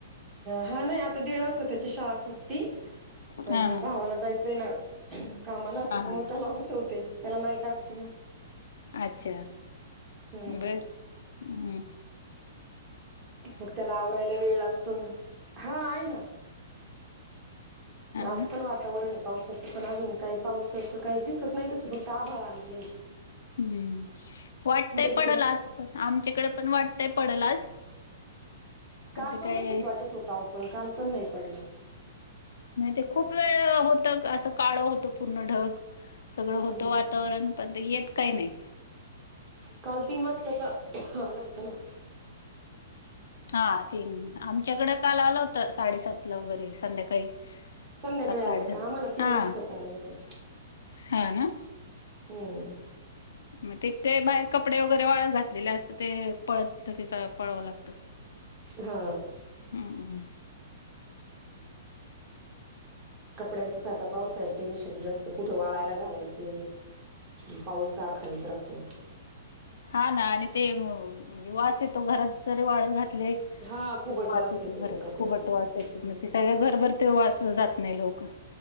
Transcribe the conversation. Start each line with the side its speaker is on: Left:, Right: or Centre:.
Right: हा नाही आता दीड वाजत त्याची शाळा सुटती. पण
Left: हा हा
Right: भावाला जायचंय ना, कामाला. त्याच्यामुळे
Left: हा हा
Right: त्याला उठवते. त्याला नाईट असती ना.
Left: अच्छा,
Right: हम्म
Left: बर्. अ.
Right: मग त्याला आवरायला वेळ लागतो ना. हा आहे ना. आज
Left: ना
Right: पण वा तावरणे पावसाचं. पण अजून काही पावसच काही दिसत नाही तस काय. फक्त आभाळ आलेलंय.
Left: हम्म. वाटतंय
Right: तिकडं
Left: पडल आज. आमच्याकडे पण वाटतंय पडल आज.
Right: काल
Left: ते
Right: पण
Left: काय
Right: तसच वाटत होत आओ. पण काल पण नाही पडला.
Left: नाही ते खूप वेळ होतं असं. काळं होतो पूर्ण ढग. सगळं
Right: हम्म
Left: होतं
Right: हम्म.
Left: वातावरण. पण ते येत काही नाही.
Right: काल तीन वाजताचा आला होता ना.
Left: हा तीन आमच्याकडे काल आला होता साडेसातला वगैरे संध्याकाळी.
Right: संध्याकाळी
Left: सात
Right: आलता
Left: साडेसात
Right: का आम्हाला तीन
Left: हा
Right: वाजताचा आला होता.
Left: हा ना.
Right: हम्म.
Left: म ती ते बाहेर कपडे वगैरे वाळत घातलेले असतात ते पळतच पळाव लागतं.
Right: हा.
Left: हम्.
Right: कपड्यांनच आता पावसाळ्यात टेन्शन जास्त कुठं वाळायला घालायचे. अन् पाऊस सारखा येत राहतो.
Left: हा ना आणि ते म्हणजे वास येतो घरात जरी वाळत घात ले
Right: हा कुबट
Left: -वास येतो परत
Right: त्या कपड्यांचा.
Left: कुबट वास येतो
Right: हम्म.
Left: म ते सगळ्या घरभर त्यो वास जात नाय लवक.